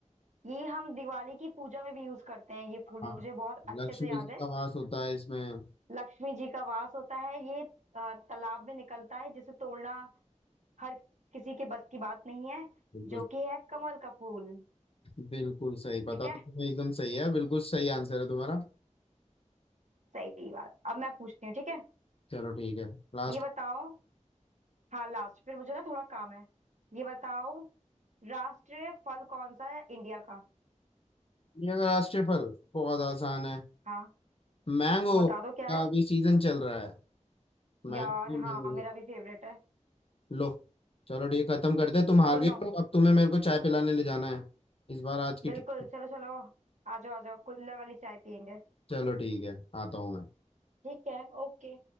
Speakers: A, on the right; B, on the left.
A: ये हम दिवाली की पूजा में भी यूज करते हैं ये फूल
B: हाँ
A: मुझे बहुत अच्छे
B: लक्ष्मी
A: से याद
B: जी
A: है
B: का वास होता है इसमें
A: लक्ष्मी जी का वास होता है ये अ, तालाब में निकलता है जिसे तोड़ना हर किसी के बस की बात नहीं है
B: बिल्कुल
A: जो कि है कमल का फूल
B: बिल्कुल सही पता
A: ठीक है
B: तो तुम्हें एकदम सही है बिल्कुल सही आंसर है तुम्हारा
A: सही बात अब मैं पूछती हूँ ठीक है
B: चलो ठीक है लास्ट
A: ये बताओ हाँ लास्ट फिर मुझे ना थोड़ा काम है ये बताओ राष्ट्रीय फल कौन सा है इंडिया का
B: इंडिया का राष्ट्रीय फल बहुत आसान है
A: हाँ
B: मैंगो
A: तो बता दो क्या
B: का
A: है
B: अभी सीजन चल रहा है मैंगो
A: यार हाँ मेरा भी फेवरेट है
B: लो चलो ठीक है, खत्म करते हैं। तुम हार
A: सुनो
B: गई हो अब तुम्हें मेरे को चाय पिलाने ले जाना है इस बार आज की
A: बिल्कुल
B: ठीक
A: चलो चलो आ जाओ आ जाओ कुल्हड़ वाली चाय पियेंगे
B: चलो ठीक है आता हूँ मैं
A: ठीक है ओके